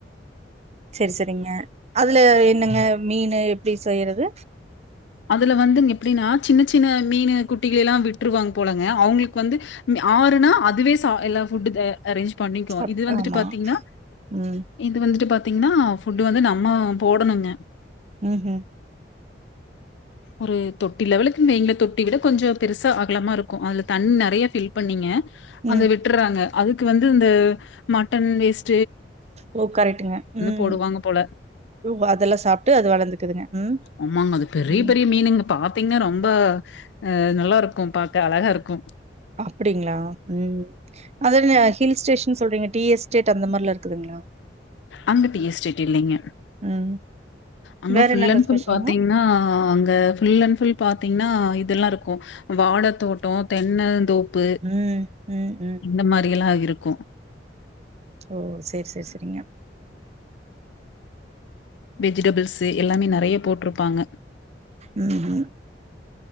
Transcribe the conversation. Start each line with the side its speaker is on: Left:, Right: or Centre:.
Right: சரி சரிங்க அதுல என் னங்க மீனு எப்டி செய்யறது?
Left: அதுல வந்து எப்டின்னா சின்ன சின்ன மீனு குட்டிகள எல்லா விட்டுருவாங்க போலங்க அவங்களுக்கு வந்து ம் ஆறுனா அதுவே அ எல்லா ஃபுட் ஆ அரேஞ்ச் பண்ணிக்கு
Right: சாப்
Left: இது வந்துட்டு
Right: ஆமா
Left: பாத்தீங்ன்னா
Right: ம்
Left: இது வந்துட்டு பாத்தீங்ன்னா ஃபுட்டு வந்து நம் ம போடணுங்க
Right: ம்ஹும்
Left: ஒரு தொட்டி லெவலுக்குன் வைங்களே தொட்டி விட கொஞ்சோ பெருசா அகலமா இருக்கு அதுல தண்ணி நெறைய ஃபில் பண்ணிங்க அந்த
Right: ம்
Left: விட்டர்றாங்க அதுக்கு வந்து இந்த மட்டன் வேஸ்ட்
Right: ஓ கரெக்ட்டுங்க ம்
Left: போடுவாங்க போல.
Right: ஒ அதெல்லா சாப்ட்டு அது வளந்துக்குதுங்க ம்
Left: ஆமாங்க அது பெரிய
Right: ம்
Left: பெரிய மீனுங்க பா த்தீங்னா ரொம்ப ஆ நல்லா இருக்கு பாக்க அழகா இருக்கு
Right: அப்டிங்களா ம் அது இந்த ஹில் ஸ்டேஷ ன்னு சொல்றீங்க டீ எஸ்டேட் அந்த மாரிலா இருக்குதுங்களா?
Left: அங்க டீ எஸ்டேட் இல்லைங்க
Right: ம்
Left: அங்க
Right: வேற
Left: ஃபுல்
Right: என்னங்க
Left: அண்ட் ஃபுல்
Right: ஸ்பெஷலுங்க
Left: பாத்தீங்ன்னா அங்க ஃபுல் அண்ட் ஃபுல் பாத்தீங்ன்னா இ இதெல்லா இருக்கு ம் வாழ தோட்டோ தென்னந்தோப்பு
Right: ம் ம் ம்
Left: இந்த மாரி எல்லா இரு க்கு
Right: ஓ சேரி சேரி செரிங்க
Left: வெஜிடபிள்ஸு எல்லாமே நெறைய போட்ருப்பாங்க
Right: ம் ஹும்